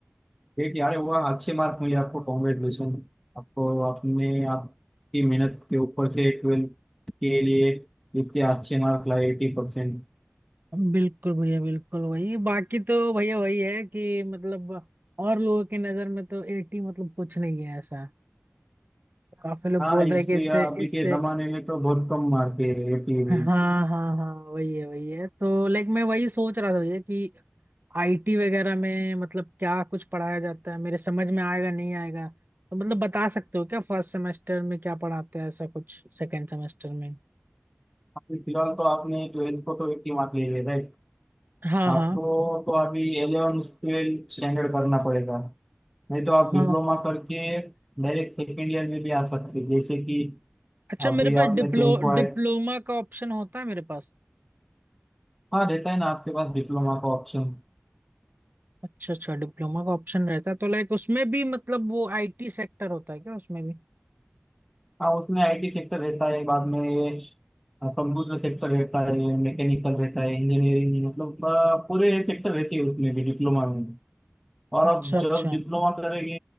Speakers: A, in the centre; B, on the right.
A: ठीक यार हुआ अच्छे मार्क मिले आपको कॉन्ग्रेचुलेशन आपको आपने आपकी मेहनत के ऊपर से ट्वेल्थ के लिए इतने अच्छे मार्क लाए एटी परसेंट
B: बिल्कुल भैया बिल्कुल वही बाकी तो भैया वही है कि मतलब और लोगों की नजर में तो एट्टी मतलब कुछ नहीं है ऐसा काफी लोग
A: हाँ
B: बोल
A: इससे
B: रहे हैं कि इससे
A: अभी
B: इससे
A: के जमाने में तो बहुत कम मार्क है एटी भी
B: हाँ हाँ हाँ वही है वही है तो लाइक मैं वही सोच रहा था भैया कि आईटी वगैरह में मतलब क्या कुछ पढ़ाया जाता है मेरे समझ में आएगा नहीं आएगा तो मतलब बता सकते हो क्या फर्स्ट सेमेस्टर में क्या पढ़ाते हैं ऐसा कुछ सेकंड सेमेस्टर में
A: अभी फिलहाल तो आपने ट्वेल्थ को तो एट्टी मार्क ले लिया राइट
B: हाँ
A: आपको
B: हाँ
A: तो अभी एलेवन ट्वेल्थ स्टैंडर्ड करना पड़ेगा नहीं तो आप डिप्लोमा
B: हाँ
A: करके डायरेक्ट सेकेंड ईयर में भी आ सकते हैं। जैसे कि
B: अच्छा
A: अभी
B: मेरे पास
A: आपने
B: डिप्लो
A: टेन को
B: डिप्लोमा
A: ऐड
B: का ऑप्शन होता है मेरे पास
A: हाँ रहता है ना आपके पास डिप्लोमा का ऑप्शन
B: अच्छा अच्छा डिप्लोमा का ऑप्शन रहता है तो लाइक उसमें भी मतलब वो आईटी सेक्टर होता है क्या उसमें भी
A: हाँ उसमें आईटी सेक्टर रहता है बाद में ये कंप्यूटर सेक्टर रहता है मैकेनिकल रहता है इंजीनियरिंग मतलब अ, पूरे सेक्टर रहती है उसमें भी डिप्लोमा में और
B: अच्छा
A: अब
B: अच्छा
A: जब डिप्लोमा करेंगे